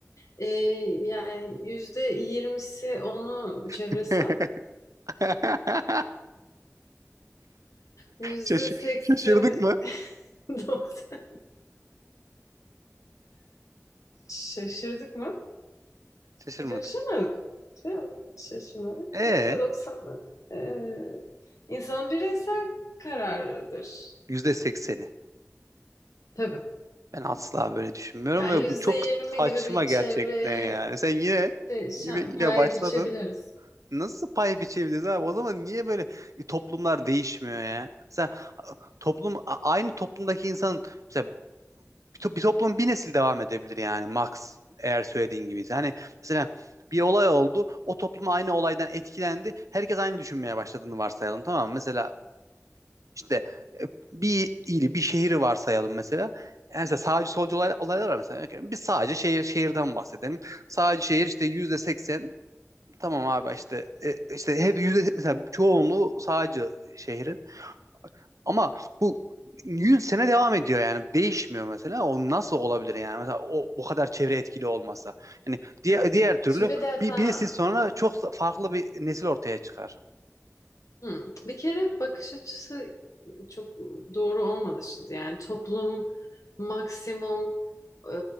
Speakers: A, on the left; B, on the right.
A: Ee, yani yüzde yirmisi onu çevresi,
B: <laughs> <laughs>
A: yüzde
B: Şaş-
A: sekseni
B: şaşırdık mı?
A: <laughs> doksan. Şaşırdık mı?
B: Şaşırmadık.
A: Şaşırmadık. Şey, şaşırmadık.
B: E
A: Yüzde doksanı ee, insanın bireysel kararıdır.
B: yüzde sekseni.
A: Tabii.
B: Ben asla böyle düşünmüyorum
A: Yani
B: ve
A: yüzde
B: bu çok
A: yirmi
B: saçma
A: gibi bir
B: gerçekten
A: çevreye
B: yani. Sen yine
A: şey, şa-
B: yine yine
A: pay
B: başladın.
A: biçebiliriz.
B: Nasıl pay biçebiliriz abi? O zaman niye böyle e, toplumlar değişmiyor ya? Mesela a- toplum a- aynı toplumdaki insan mesela bir, to- bir toplum bir nesil devam edebilir yani max eğer söylediğin gibi. Yani mesela bir olay oldu. O toplum aynı olaydan etkilendi. Herkes aynı düşünmeye başladığını varsayalım tamam mı? Mesela İşte e, bir ili, bir şehri varsayalım mesela. Yani mesela sağcı solcu olay, olaylar var mesela. Örneğin Bir sadece şehir şehirden bahsedelim. Sadece şehir işte yüzde seksen tamam abi işte e, işte hep yüzde mesela çoğunluğu sağcı şehrin. Ama bu 100 sene devam ediyor yani değişmiyor mesela o nasıl olabilir yani mesela o bu kadar çevre etkili olmasa yani diğer, diğer türlü
A: Şimdi bir defa
B: bir, bir nesil sonra çok farklı bir nesil ortaya çıkar
A: Hı. Bir kere bakış açısı çok doğru olmadı şimdi. Yani toplum maksimum e,